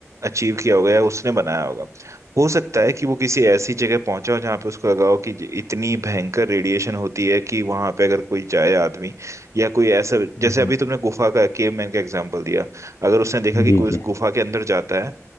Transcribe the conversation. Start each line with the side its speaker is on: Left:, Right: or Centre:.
Right: अचीव किया होगा या उसने बनाया होगा हो सकता है कि वो किसी ऐसी जगह पहुंचा हो जहां पे उसको लगा हो कि ज- इतनी भयंकर रेडिएशन होती है कि वहां पे अगर कोई जाए आदमी या कोई ऐसा जैसे
Left: हम्म,
Right: अभी तुमने गुफा का केवमैन का एग्जांपल दिया अगर उसने देखा कि
Left: जी
Right: कोई उस
Left: जी
Right: गुफा के अंदर जाता है